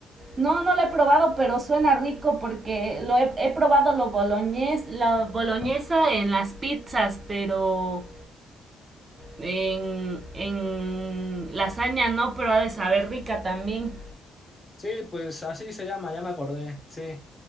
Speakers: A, on the right (about 35°); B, on the left (about 25°).
A: No, no lo he probado, pero suena rico porque lo he, he probado lo boloñés, la boloñesa en las pizzas, pero en, en lasaña no, pero ha de saber rica también.
B: Sí, pues así se llama, ya me acordé. Sí.